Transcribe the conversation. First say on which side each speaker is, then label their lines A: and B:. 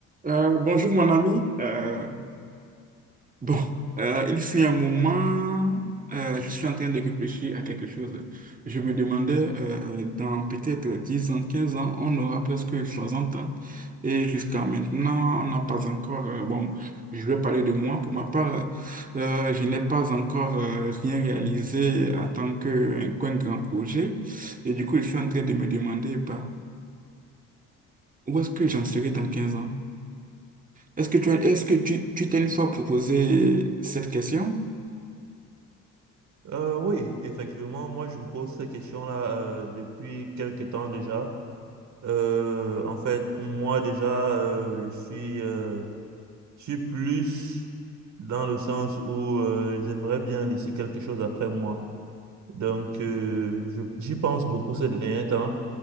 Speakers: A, on the right; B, on the right.
A: Euh, bonjour mon ami. Euh, bon, euh, il fut un moment, euh, je suis en train de réfléchir à quelque chose. Je me demandais, euh, dans peut-être 10 ans, 15 ans, on aura presque 60 ans. Et jusqu'à maintenant, on n'a pas encore... euh, bon, je vais parler de moi. Pour ma part, euh, je n'ai pas encore euh, rien réalisé en tant que, qu'un grand projet. Et du coup, je suis en train de me demander, bah, où est-ce que j'en serai dans 15 ans? Est-ce que tu as- est-ce que tu, tu t'es une fois proposé cette question?
B: Euh, oui, effectivement, moi je me pose ces questions là euh, depuis quelque temps déjà. Euh, en fait, moi déjà, euh, je suis, euh, je suis plus dans le sens où euh, j'aimerais bien laisser quelque chose après moi. Donc, euh, je- j'y pense beaucoup ces derniers temps.